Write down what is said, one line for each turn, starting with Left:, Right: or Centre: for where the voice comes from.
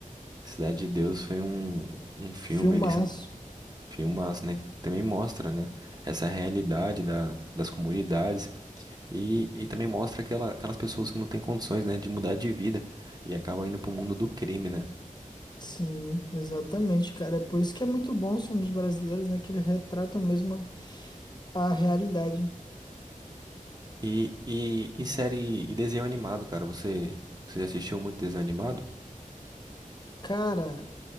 Right: Cidade de Deus foi um, um filme,
Left: Filmaço.
Right: ele se- filmaço, né? Que também mostra, né? Essa realidade da, das comunidades. E, e também mostra aquela, aquelas pessoas que não têm condições, né? De mudar de vida. E acabam indo pro mundo do crime, né?
Left: Sim, exatamente, cara. É por isso que é muito bom os filmes brasileiros, né? Que eles retratam mesmo a a realidade.
Right: E, e, e série e desenho animado, cara. Você, você assistiu muito desenho animado?
Left: Cara,